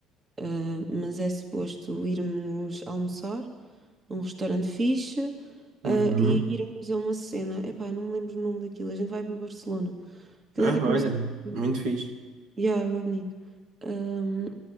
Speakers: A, on the right (about 35°); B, on the right (about 65°).
A: Uh, mas é suposto irmos almoçar num restaurante fixe, uh,
B: Uhum.
A: e irmos a uma cena. Epá, eu não me lembro o nome daquilo. A gente vai para Barcelona. Aquilo
B: Ah,
A: é tipo
B: olha,
A: um. sítio-
B: muito fixe.
A: Yeah, é bonito. Um,